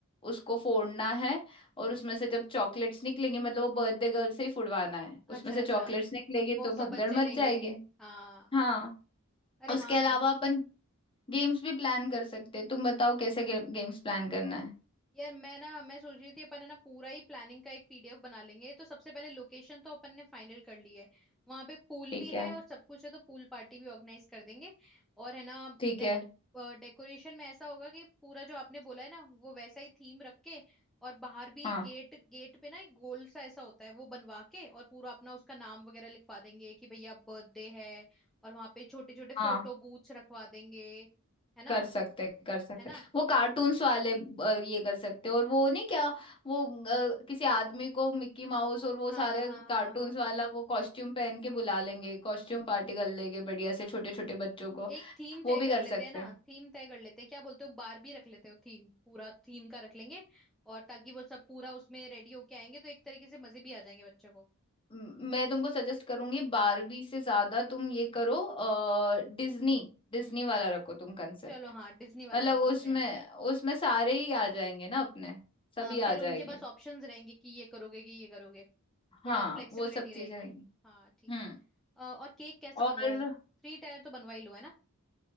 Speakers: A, on the left; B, in the centre.
A: उसको फोड़ना है और उसमें से जब चॉकलेट्स निकलेंगे मतलब वो बर्थडे गर्ल से ही फुड़वाना है
B: अच्छा
A: उसमें से
B: अच्छा
A: चॉकलेट्स निकलेगी तो
B: वो सब
A: भगदड़
B: बच्चे
A: मच
B: लेंगे
A: जाएगी
B: हाँ
A: हाँ
B: अरे
A: उसके
B: हाँ
A: अलावा
B: यार
A: अपन गेम्स भी प्लान कर सकते हैं तुम बताओ कैसे गे, गेम्स प्लान करना है
B: यार मैं ना मैं सोच रही थी अपन है ना पूरा ही प्लानिंग का एक पीडीएफ बना लेंगे तो सबसे पहले लोकेशन तो अपन ने फाइनल कर ली है वहां पे पूल
A: ठीक
B: भी है
A: है
B: और सब कुछ है तो पूल पार्टी भी ऑर्गेनाइज कर देंगे और है ना
A: ठीक
B: डेक
A: है
B: डेकोरेशन में ऐसा होगा कि पूरा जो आपने बोला है ना वो वैसा ही थीम रख के और बाहर भी
A: हाँ
B: एक गेट गेट पे ना एक गोल सा ऐसा होता है वो बनवा के और पूरा अपना उसका नाम वगैरह लिखवा देंगे कि भैया बर्थडे है और वहां पे छोटे छोटे
A: हाँ
B: फोटो बूथ्स रखवा देंगे है ना
A: कर सकते कर सकते
B: है ना
A: वो कार्टून्स वाले अ, ये कर सकते और वो नहीं क्या वो अ, किसी आदमी को मिक्की माउस और वो
B: हाँ
A: सारे
B: हाँ हाँ
A: कार्टून्स
B: हाँ
A: वाला वो कॉस्ट्यूम पहन के बुला लेंगे कॉस्ट्यूम पार्टी कर लेंगे बढ़िया से
B: हाँ
A: छोटे
B: हाँ
A: छोटे बच्चों को
B: एक थीम
A: वो
B: तय
A: भी
B: कर
A: कर
B: लेते
A: सकते
B: हैं ना
A: हैं
B: थीम तय कर लेते हैं क्या बोलते हो बारबी रख लेते हो थीम पूरा थीम का रख लेंगे और ताकि वो सब पूरा उसमें रेडी होके आएंगे तो एक तरीके से मजे भी आ जाएंगे बच्चों को
A: म- मैं तुमको सजेस्ट करूंगी बारबी से ज्यादा तुम ये करो डिज्नी डिज्नी
B: हम्म
A: वाला रखो तुम कंसेप्ट
B: चलो हाँ डिज्नी वाला
A: मतलब
B: रख लेते
A: उसमें
B: हैं
A: उसमें सारे ही आ जाएंगे ना अपने सभी
B: हाँ
A: आ
B: फिर उनके
A: जाएंगे
B: पास ऑप्शंस रहेंगे कि ये करोगे कि ये करोगे
A: हाँ
B: थोड़ा फ्लेक्सिबिलिटी
A: वो सब
B: रहेगी
A: चीजें रहेंगी
B: हाँ ठीक
A: हम्म
B: है अ, और केक कैसा
A: और
B: बनवाऊं थ्री टायर तो बनवा ही लो है ना